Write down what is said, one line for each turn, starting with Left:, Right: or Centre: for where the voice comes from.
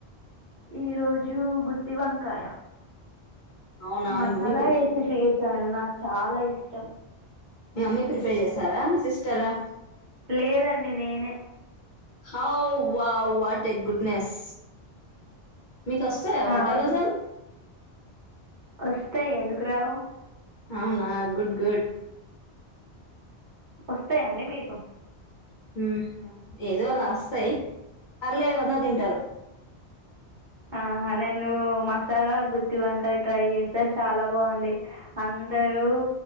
Right: ఈ రోజు గుత్తివంకాయ
Left: అవునా
Right: మసాలా
Left: మీ మమ్మీ ప్రిప
Right: ఏసీ చేశాను నాకు చాలా ఇష్టం
Left: మీ మమ్మీ ప్రిపేర్ చేసారా మీ సిస్టర్ ఆ
Right: లేదండి నేనే
Left: హౌ వా wow what a goodness మీకు వస్తాయ
Right: ఆ
Left: వంటలు అసల్
Right: వస్తాయి ఎందుకు రావు
Left: అవునా గుడ్ గుడ్
Right: వస్తాయాండి మీకు
Left: హ్మ్ ఏదో అలా వస్తాయి పర్లేదు అందరూ తింటారు
Right: ఆహా నేను మసాలా గుత్తి వంకాయ ట్రై చేసే చాలా బాగుంది అ అందరు